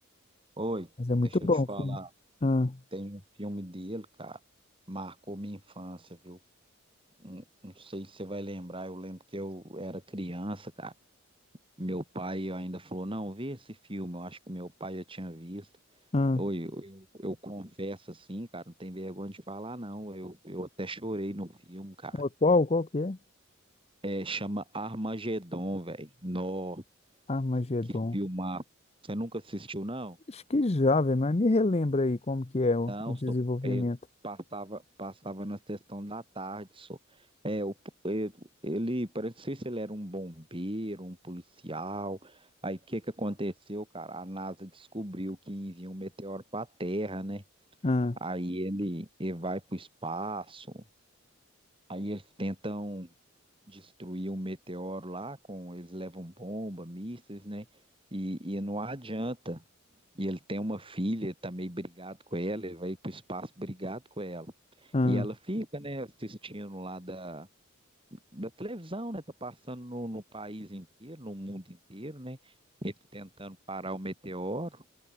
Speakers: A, on the right (about 25°); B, on the left (about 30°).
A: Oi,
B: Mas é muito
A: deixa
B: bom
A: eu te falar.
B: o filme. Ah,
A: Tem um filme dele, cara. Marcou minha infância, viu? Não, não sei se você vai lembrar. Eu lembro que eu era criança, cara. Meu pai ainda falou, não, vê esse filme, eu acho que meu pai já tinha visto.
B: ah.
A: Oi, eu, eu- eu confesso assim, cara, não tem vergonha de falar, não. Eu, eu até chorei no filme, cara.
B: Ô, Qual, qual que é?
A: É, chama Armagedon, velho. Nó,
B: Armagedon.
A: que filmar. Você nunca assistiu, não?
B: Acho que já, velho, mas me relembra aí como que é o,
A: Não,
B: o desenvolvimento.
A: só, ele passava, passava na sessão da tarde, só. É, o Ele, parece, não sei se ele era um bombeiro, um policial. Aí o que que aconteceu, cara? A NASA descobriu que envia um meteoro para a Terra, né?
B: Ah,
A: Aí ele, ele vai para o espaço. Aí eles tentam destruir o meteoro lá com eles levam bomba, mísseis, né? E, e não adianta. E ele tem uma filha, ele tá meio brigado com ela, ele vai para o espaço brigado com ela.
B: ah,
A: E ela fica, né, assistindo lá da da televisão, né? Tá passando no, no país inteiro, no mundo inteiro, né? Ele tentando parar o meteoro.